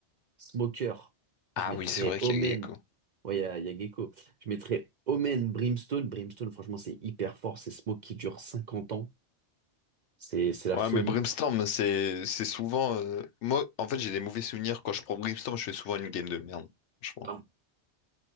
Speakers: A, on the right (about 55°); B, on the left (about 80°).
A: Smoker, je
B: Ah
A: mettrais
B: oui, c'est vrai
A: Omen.
B: qu'il y a Gecko.
A: Ouais, il y a, il y a Gecko. Je mettrais Omen, Brimstone. Brimstone, franchement, c'est hyper fort. C'est Smoke qui dure 50 ans. C'est c'est la
B: Ouais,
A: folie.
B: mais Brimstone, c'est c'est souvent. euh, Moi, en fait, j'ai des mauvais souvenirs. Quand je prends Brimstone, je fais souvent une game de merde. Franchement.
A: Ah.